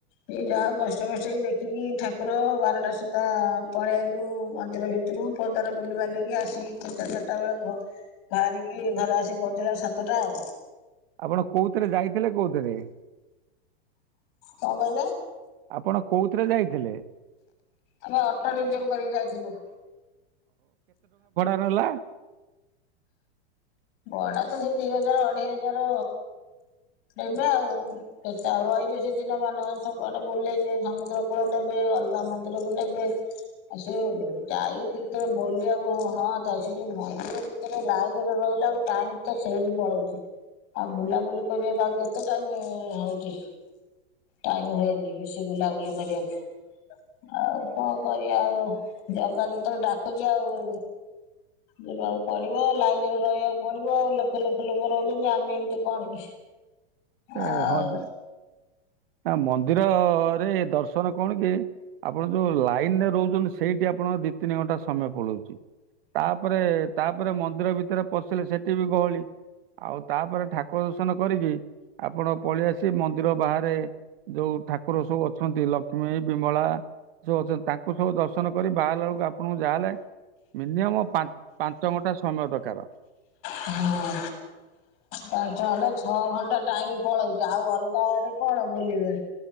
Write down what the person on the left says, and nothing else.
ସେ ଯାହା ହେଉ କଷ୍ଟମଷ୍ଟେ ଦେଖିକି ଠାକୁର ବାରଟା ସୁଦ୍ଧା ପଳେଇ ଆଇଲୁ ମନ୍ଦିର ଭି ତୁରୁ କୁ ପଦାର ବୁଲି ବାଲିକି ଆସିକି ତିନଟା ଚାରିଟା ବେଳେ ଘ ବାହାରିକି ଘରେ ଆସି ପହଞ୍ଚିଲାକୁ ସାତଟା ଆଉ।
କଁ କହିଲେ?
ଆମେ ଅଟୋ ରିଜର୍ଭ କରିକି ଯାଇଥିଲୁ।
ବଡା ତ ସେ ଦି ହଜାର ଅଢେଇ ହଜାର ନେବେ ଆଉ। ସେତେ ଆଉ ରହିବେ ସେଦିନ ମାନଙ୍କ ସବୁଆଡେ ବୁଲେଇବେ ସମୁଦ୍ର କୂଳ ନେବେ ଅଲଗା ମନ୍ଦିରକୁ ନେବେ। ଆ ସେ ଯାଇଛିି ତ ବୁଲିବାକୁ ହଁ ତା ସେ ଯ ମନ୍ଦିର ବି ତରେ ଲାଇନରେ ରହିଲା ଆକୁ ଟାଇମ୍ ତ ସେଇଠି ପଳଉଛି। ଆଉ ବୁଲାବୁଲି କରିବାକୁ ଆଉ କେତେ ଟାଇମ୍ ହଉଛି। ଟାଇମ୍ ହୁଏନି ବେଶୀ ବୁଲାବୁଲି କରିବାକୁ। ଆଉ କଁ କରିବା ଆଉ ଜଗା ଯେତେବେଳେ ଡାକୁଛି ଆଉ। ଯିବାକୁ ପଡିବ ଲାଇନରେ ରହିବାକୁ ପଡିବ ଆଉ ଲକ୍ଷ ଲକ୍ଷ ଲୋକ ରହୁଛନ୍ତି ଆମେ ଏମତି କଣ କି।
ଆଉ
ହୁଁ। ପାଞ୍ଚ ଘଣ୍ଟା ଛଅ ଘଣ୍ଟା ଟାଇମ୍ ପଳଉଛି ଆଉ ଅଲଗା ଆଡେ କଣ ବୁଲିବେ?